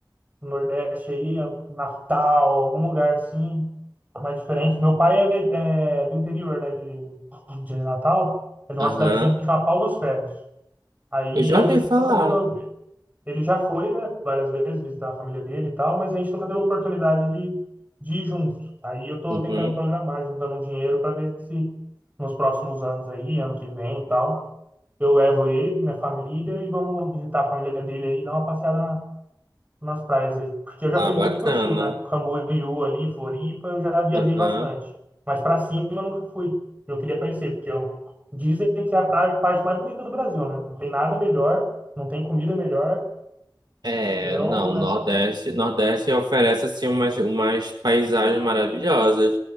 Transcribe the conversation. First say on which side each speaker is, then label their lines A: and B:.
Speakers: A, on the right; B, on the right.
A: no Nordeste aí, Natal, algum lugar assim, mais diferente. Meu pai é, é do interior, né? De, de Natal. É de uma
B: aham.
A: cidadezinha que chama Pau dos Ferros. Aí
B: Eu já
A: a
B: ouvi
A: gente
B: falar.
A: nunca teve. a- Ele já foi, né, várias vezes visitar a família dele e tal, mas a gente nunca teve a oportunidade de, de ir junto. Aí eu tô
B: Uhum.
A: tentando programar, juntando um dinheiro para ver se nos próximos anos aí, ano que vem e tal, eu levo ele, minha família e vamos visitar a família dele aí, dar uma passeada na, nas praias aí. Porque eu já
B: Ah,
A: fui muito
B: bacana.
A: pro sul, né? Camboriú ali, Floripa, eu já viajei
B: Aham.
A: bastante. Mas pra cima eu nunca fui. Eu queria conhecer, porque eu... dizem que é a praia, parte mais bonita do Brasil, né? Não tem nada melhor, não tem comida melhor.
B: É,
A: que É
B: não,
A: o... né?
B: Nordeste, Nordeste oferece assim umas, umas paisagens maravilhosas.